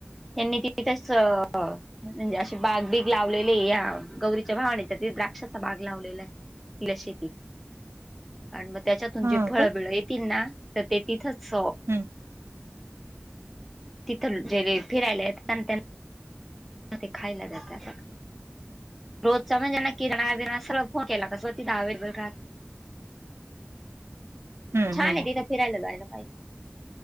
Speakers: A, in the centre; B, on the right (about 85°).
A: त्यांनी तिथेच... अंस - म्हणजे अशे बाग बीग लावलेली आहे, गौरीच्या भावाने तर तिथं द्राक्षाची बाग लावलेला ये <unintelligible> शेतीत आणि मग त्याच्यातून
B: हा
A: जे फळं-बीळं
B: का
A: येतील ना, तर ते तिथंच
B: हम्म
A: तिथं जे फिरायला येतात ना त्यांना ते खायला देतात रोजचा म्हणजे ना किराणा-बीराना, सगळं फोन केला का की सगळं तिथं अवेलेबल राहतं
B: हम्म
A: छान
B: हम्म
A: ए तिथं फिरायला जायला पाहिजे